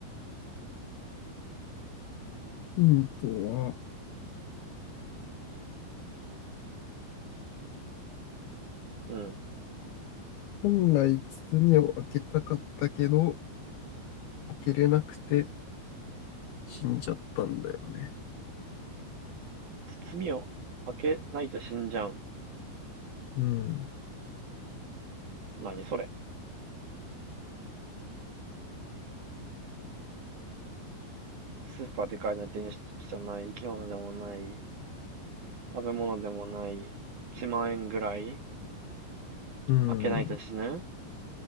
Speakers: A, on the left; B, on the right.
A: ヒントは、
B: うん。
A: 本来包を開けたかったけど、開けれなくて死んじゃったんだよね。
B: 包みを開けないと死んじゃう。
A: うん、
B: 何それ。スーパーで買えない電子機器じゃない。生き物でもない。食べ物でもない。1万円ぐらい
A: うん、
B: 開けないと死ぬ